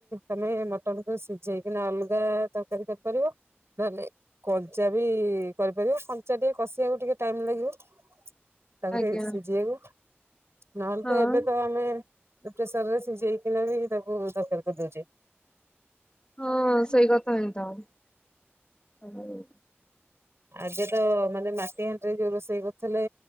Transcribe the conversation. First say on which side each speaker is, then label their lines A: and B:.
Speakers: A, on the right; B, on the left.
A: ତମେ ମଟନକୁୁ ସିଝେଇକିନା ଅଲଗା ତରକାରୀ କରିପାରିବ। ନଲେ କଞ୍ଚା ବି କରିପାରିବ କଞ୍ଚା ଟିକ୍ କଷିବାକୁ ଟିକେ ଟାଇମ ଲାଗିବ ତାକୁ
B: ଆଜ୍ଞା
A: ଟିକେ ସିଝେଇବୁ ନଏଲେ
B: ହଁ
A: ତ ଏବେ ତ ଆମେ ପ୍ରେସର ରେ ସିଝେଇକିନା ବି ତାକୁ ତରକାରି କରି ଦେଉଚେ।
B: ହଁ ସେଇ କଥା ହେଇ ଥାଉ।
A: ଆଜି ତ ମାନେ ମାଟି ହାଣ୍ଡିରେ ଯୋଉ ରୋଷେଇ କରୁଥିଲେ